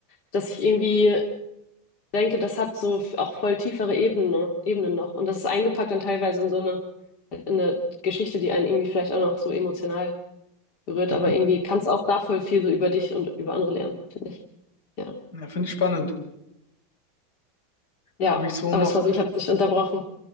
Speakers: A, on the left; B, on the left.
A: dass ich irgendwie denke, das hat so f- auch voll tiefere Ebenen noch, Ebenen noch. Und das ist eingepackt dann teilweise in so eine, in eine Geschichte, die einen irgendwie vielleicht auch noch so emotional berührt,
B: Mhm.
A: aber irgendwie kannst du auch da voll viel so über dich und über andere lernen, finde ich. Ja.
B: Ja, finde ich spannend.
A: Ja,
B: Habe ich so
A: aber
B: noch,
A: sorry, ich habe dich unterbrochen.